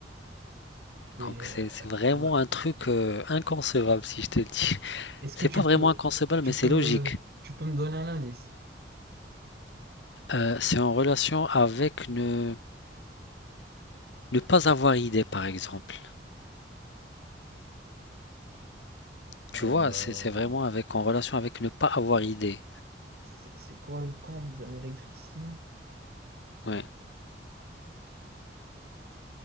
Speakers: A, on the right; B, on the left.
A: Et,
B: Donc,
A: euh,
B: c'est c'est vraiment
A: là.
B: un truc euh, inconcevable, si je te le dis. <laughs>
A: Est-ce
B: C'est
A: que tu
B: pas vraiment
A: peux,
B: inconcevable,
A: tu
B: mais c'est
A: peux me,
B: logique.
A: tu peux me donner un indice?
B: Euh, c'est en relation avec ne, ne pas avoir idée, par exemple. Tu
A: Euh,
B: vois, c'est c'est vraiment avec en relation avec ne pas avoir idée.
A: c'est c'est quoi le compte d'un électricien?
B: Ouais.